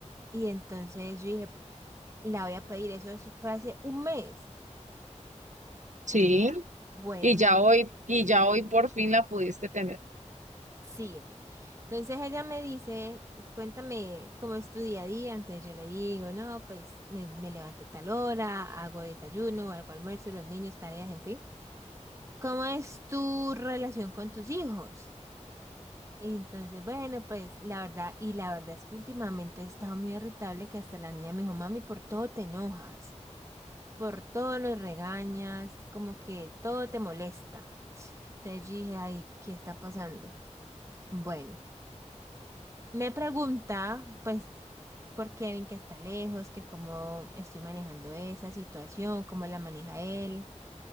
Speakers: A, on the right; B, on the right.
A: Y entonces yo dije, la voy a pedir. Eso es- fue hace un mes.
B: sí.
A: Bueno,
B: Y ya hoy, y ya hoy por fin la pudiste tener.
A: sí. Entonces ella me dice, cuéntame cómo es tu día a día. Entonces yo le digo, no, pues me, me levanto a tal hora, hago desayuno, hago almuerzo, los niños, tareas, en fin. ¿Cómo es tu relación con tus hijos? Y entonces, bueno, pues la verdad, y la verdad es que últimamente he estado muy irritable que hasta la niña me dijo, mami, por todo te enojas, por todo nos regañas, como que todo te molesta. Entonces yo dije, ay, ¿qué está pasando? Bueno. Me pregunta, pues por Kevin que está lejos, que cómo estoy manejando esa situación, cómo la maneja él,